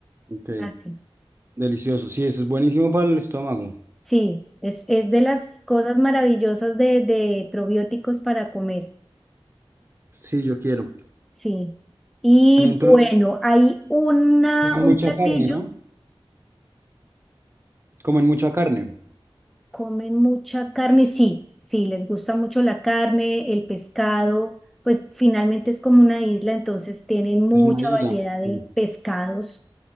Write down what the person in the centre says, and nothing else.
así.
Sí, es, es de las cosas maravillosas de, de probióticos para comer,
sí. Y
bueno, hay una,
un
platillo.
Comen mucha carne, sí, sí, les gusta mucho la carne, el pescado, pues finalmente es como una isla, entonces tienen mucha
variedad de
pescados,